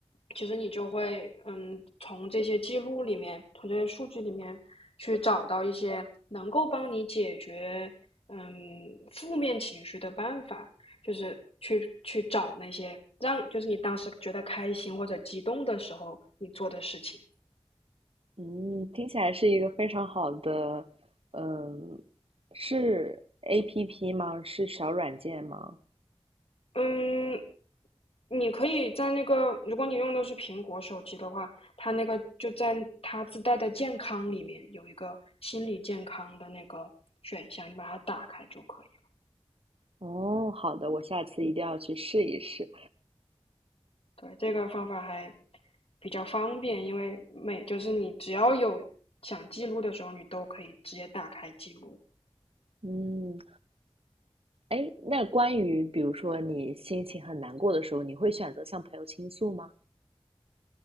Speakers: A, on the left; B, on the right.
A: 其实你就会嗯从这些记录里面，从这些数据里面去找到一些能够帮你解决嗯负面情绪的办法，就是去去找那些让就是你当时觉得开心或者激动的时候你做的事情。
B: 嗯，听起来是一个非常好的，嗯，是 APP 吗？是小软件吗？
A: 嗯，你可以在那个，如果你用的是苹果手机的话，它那个就在它自带的健康里面有一个心理健康的那个选项，你把它打开就可以了
B: 哦，好的，我下次一定要去试一试。
A: 对，这个方法还比较方便，因为每就是你只要有想记录的时候，你都可以直接打开记录。
B: 嗯，哎，那关于比如说你心情很难过的时候，你会选择向朋友倾诉吗？